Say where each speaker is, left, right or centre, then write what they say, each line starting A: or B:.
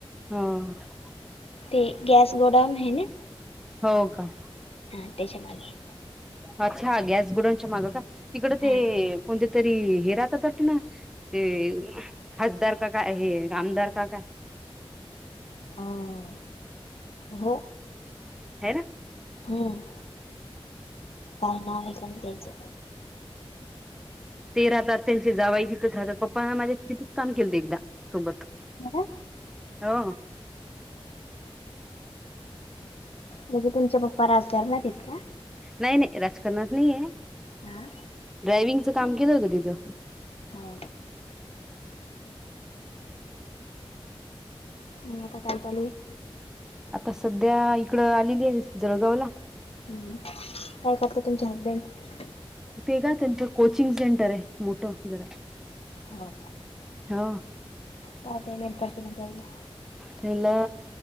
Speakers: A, in the centre; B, on the left.
A: हा हा.
B: ते गॅस गोडाऊन आहे ना.
A: हो का?
B: हा त्याच्या मागे.
A: अच्छा हा गॅस गोडाऊनच्या मागं का? तिकडं ते
B: हा.
A: कोणते? तरी हे राहतात वाटतं ना ते खासदार का काय हे आमदार का काय?
B: आ हो.
A: हे ना.
B: हम् काय नाव हाय काय त्यांच.
A: ते राहतात त्यांचे जावई तिथेच राहतात पप्पांना माझ्या तिथंच काम केलंत एकदा सोबत.
B: ह ना.
A: हां.
B: म्हणजे तुमचे पप्पा राजकारणत आहेत का?
A: नाही नाही राजकारणात नाहीये,
B: हा
A: ड्रायविंगच काम केलं होतं तिथं.
B: हो. म आता काय चालूय?
A: आता सध्या इकडं आलेली आहे जळगावला.
B: हम्म. काय करता तुमचे हजबंड?
A: ते का त्यांचं कोचिंग सेंटर आहे मोठं जरा.
B: हो
A: हा.
B: काय पेमेंट पडते मग द्यायला?
A: तयला